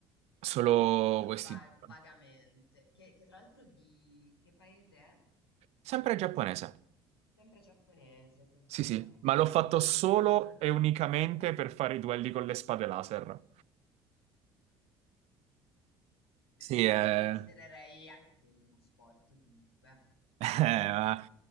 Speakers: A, on the right; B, on the left.
A: solo
B: Più
A: questi
B: va-
A: due.
B: vagamente, che, che tra l'altro di, di che paese è?
A: Sempre giapponese.
B: Sempre giappponese, perfetto,
A: Sì, sì,
B: a me i
A: Ma
B: giapponesi...
A: l'ho fatto solo
B: <laughs>
A: e unicamente per fare i duelli con le spade laser. sì,
B: Beh,
A: eh,
B: io considererei anche quello uno sport comunque.
A: <laughs> eh, ma